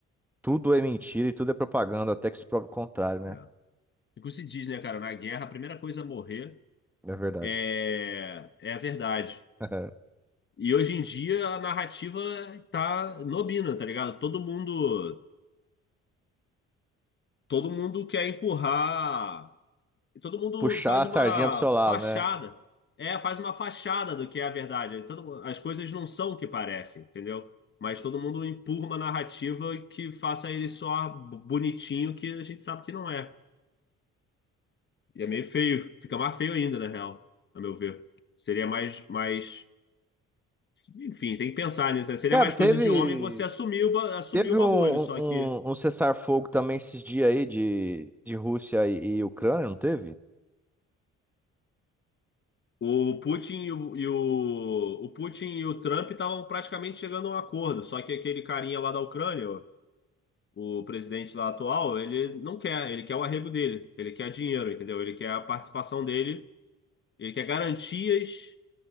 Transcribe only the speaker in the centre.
tudo é mentira e tudo é propaganda, até que se prove o contrário, né?
É verdade.
<laughs>
Puxar
a
sardinha pro seu
lado, né?
Cara,
teve,
teve
um,
um,
um um cessar-fogo também esses dias aí de, de Rússia e, e Ucrânia, não teve?